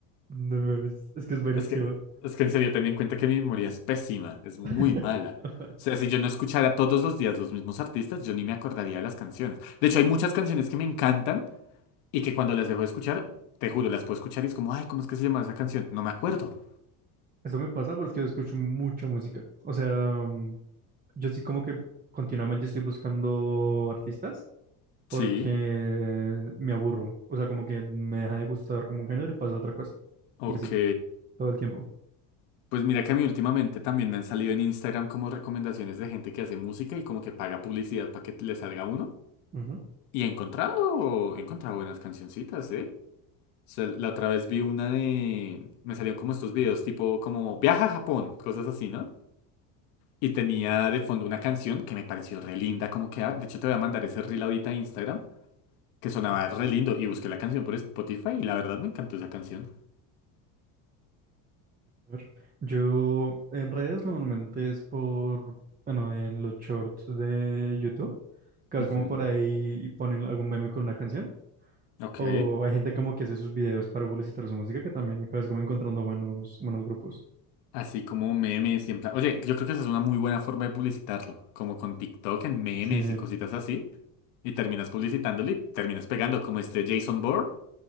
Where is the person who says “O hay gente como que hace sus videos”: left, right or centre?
Right